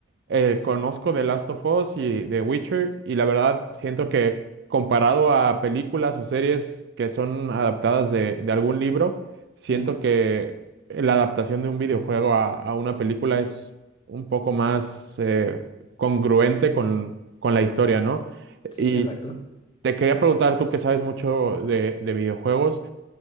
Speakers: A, on the right; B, on the left.
A: eh, conozco The Last of Us y The Witcher y la verdad siento que comparado a películas o series que son adaptadas de, de algún libro, siento
B: Ujú.
A: que la adaptación de un videojuego a, a una película es un poco más... eh, congruente con, con la historia, ¿no?
B: Sí,
A: Y
B: exacto.
A: te quería preguntar, tú que sabes mucho de, de videojuegos,